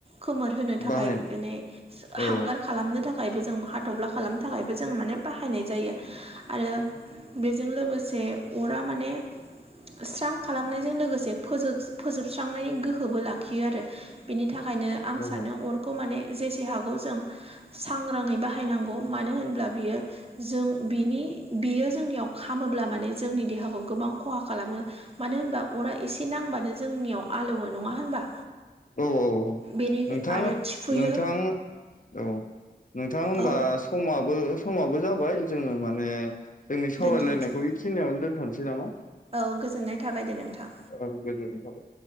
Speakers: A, on the right; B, on the left.
A: खोमोर होनो थाखाय
B: बाहाय
A: माने
B: औ
A: हांगार खालाम खालामनो थाखायबो जों हाथफ्ला खालामनो थाखायबो जों माने बाहायनाय जायो। आरो बेजों लोगोसे अरा माने स्रां खालामनायजों लोगोसे फोजोबस्रांनायनि गोहोबो लाखियो आरो। बिनि थाखायनो आं
B: औ
A: सानो अरखौ माने जेसे हागौ जों सांग्राङै बाहायनांगौ मानो होनब्ला बियो जों बिनि बियो जोंनियाव खामोब्ला माने जोंनि देहाखौ गोबां खहा खालामो। मानो होनबा अरा एसे नांबानो जोंनियाव आलौवो नङा होनबा?
B: औ औ
A: बेनि
B: नोंथां
A: आरो थिफुयो।
B: नोंथां औ नोंथां होमबा
A: औ
B: समाबो समाबो जाबाय जोङो माने जोंनि सावरायलायनायखौ
A: दोनथ'नोसै
B: बेखिनियावनो दोनथ'नोसै नामा?
A: औ गोजोननाय। थाबाय दे नोंथां।
B: औ गोजोननाय थाबाय।